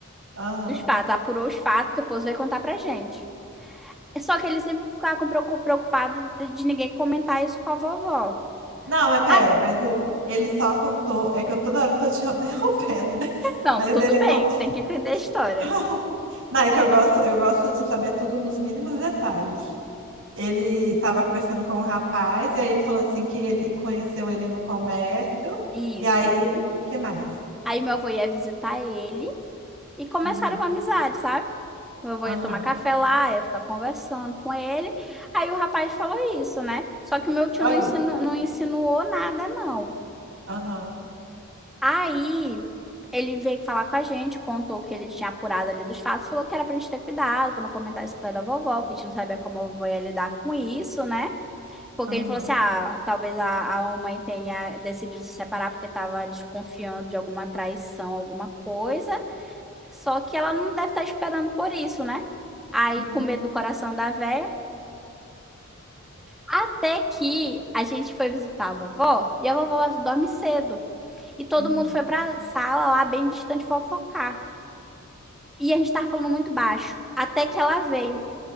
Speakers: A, on the right (about 60°); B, in the centre.
A: aham.
B: Dos fatos, apurou os fatos, depois veio contar pra gente. Só que ele sempre ficava com preocu- preocupado de, de ninguém comentar isso com a vovó.
A: Não, mas pera,
B: Ah,
A: mas o, ele só contou. É que eu toda hora tô te <laughs> interrompendo, né?
B: não,
A: Mas
B: tudo
A: ele
B: bem,
A: contou.
B: tem que entender a história.
A: <laughs> Não, é que eu gosto, eu gosto de saber tudo nos mínimos detalhes. Ele tava conversando com o rapaz, e aí ele falou assim que ele conheceu ele no comércio,
B: Isso.
A: e aí, que mais?
B: Aí meu avô ia visitar ele e começaram
A: Uhum.
B: uma amizade, sabe? Meu avô
A: Aham.
B: ia tomar café lá, ia ficar conversando com ele. Aí o rapaz falou isso, né? Só que o meu tio
A: Saiu.
B: não ensinou não insinuou nada, não.
A: Aham.
B: Aí ele veio falar com a gente, contou que ele tinha apurado ali dos fatos, falou que era pra gente ter cuidado, pra não comentar isso perto da vovó, porque a gente não sabia como a vovó ia lidar com isso, né? Porque
A: Aham.
B: ele falou assim: ah, talvez a, a mãe tenha decidido se separar porque tava desconfiando de alguma traição, alguma coisa, só que ela não deve estar esperando por isso, né? Aí,
A: Uhum.
B: com medo do coração da véia. Até que a gente foi visitar a vovó e a vovó dorme cedo. E todo
A: Uhum.
B: mundo foi pra sala lá bem distante fofocar. E a gente tava falando muito baixo. Até que ela veio.